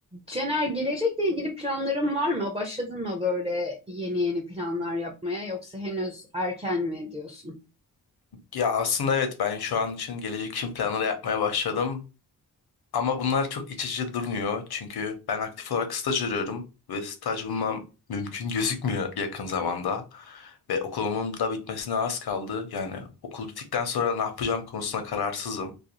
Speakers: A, on the right; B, on the left.
A: Cener, gelecekle ilgili planların var mı? Başladın mı böyle yeni yeni planlar yapmaya yoksa henüz erken mi diyorsun?
B: Ya aslında evet ben şu an için gelecek için planları yapmaya başladım. Ama bunlar çok iç açıcı durmuyor. Çünkü ben aktif olarak staj arıyorum ve staj bulmam mümkün gözükmüyor yakın zamanda. Ve okulumun da bitmesine az kaldı. Yani okul bittikten sonra ne yapacağım konusunda kararsızım.